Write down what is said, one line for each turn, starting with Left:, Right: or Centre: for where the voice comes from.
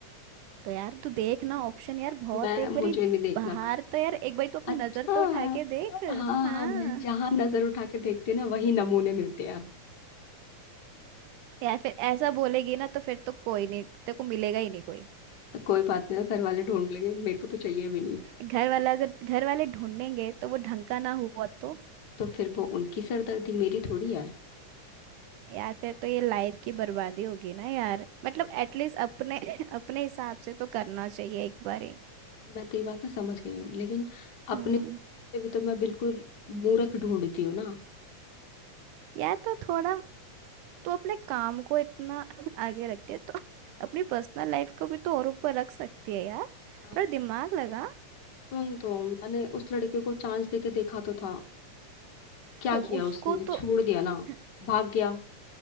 Right: तो यार तू देख ना ऑप्शन यार बहुत
Left: मैं
Right: है एक
Left: मुझे
Right: बारी
Left: नहीं देखना
Right: बाहर
Left: भाई
Right: तो यार एक बारी तू अपनी
Left: अच्छा
Right: नजर
Left: हाँ
Right: तो उठा के देख
Left: हाँ
Right: हाँ
Left: मैं जहाँ नजर उठा के देखती हूँ ना वही नमूने मिलते हैं
Right: यार फिर ऐसा बोलेगी ना तो फिर तो कोई नहीं तेरे को मिलेगा ही नहीं कोई
Left: तो कोई बात नहीं घर वाले ढूंढ लेंगे मेरे को तो चाहिए भी नहीं
Right: घर वाला अगर घर वाले ढूंढेंगे तो वो ढंग का ना हुआ तो
Left: तो फिर वो उनकी सरदर्दी मेरी थोड़ी है
Right: यार फिर तो ये लाइफ की बर्बादी होगी ना यार मतलब एटलीस्ट अपने <laughs> अपने हिसाब से तो करना चाहिए एक बारी
Left: मैं तेरी बात ना समझ गई हूँ लेकिन
Right: हम्म
Left: अपने से भी तो मैं बिल्कुल मूर्ख ढूंढती हूँ ना
Right: यार तो थोड़ा तो अपने काम को इतना आगे रखते है तो अपनी पर्सनल लाइफ को भी तो और ऊपर रख सकती है यार
Left: यार,
Right: थोड़ा दिमाग लगा
Left: सुन तो मैंने उस लड़के को चांस देके देखा तो था क्या
Right: तो
Left: किया
Right: उसको
Left: उसने
Right: तो
Left: छोड़ दिया ना
Right: <laughs>
Left: भाग गया